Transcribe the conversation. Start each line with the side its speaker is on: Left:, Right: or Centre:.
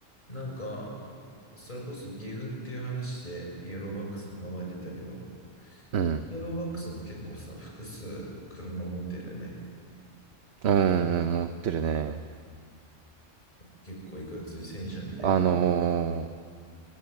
Left: なんか、それこそ岐阜っていう話でイエローバックスの名前出たけど、
Right: うん。
Left: イエローバックスも結構さ、複数車持ってるよね。
Right: うんうんうん持ってるね。
Left: 結構いかつい戦車みたいな
Right: あの